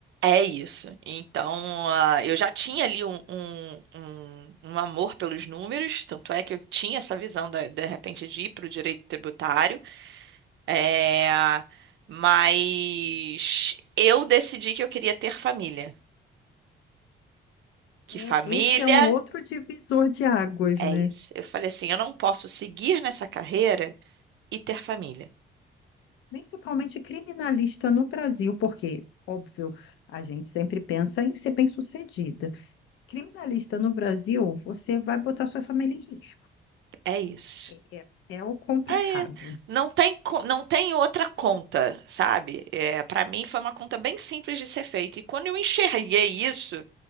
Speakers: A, on the right; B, on the left.
A: É isso. Então, ah, eu já tinha ali um, um, um- um amor pelos números, tanto é que eu tinha essa visão da- de repente de ir para o direito tributário, É, mas eu decidi que eu queria ter família. Que
B: É,
A: família
B: esse é um outro divisor de águas,
A: é
B: né?
A: isso. Eu falei assim: eu não posso seguir nessa carreira e ter família.
B: Principalmente criminalista no Brasil, porque, óbvio, a gente sempre pensa em ser bem-sucedida. Criminalista no Brasil, você vai botar sua família em risco.
A: É isso.
B: É, é- é o complicado.
A: É, não tem, co- não tem outra conta, sabe? É, para mim foi uma conta bem simples de ser feita. E quando eu enxerguei isso,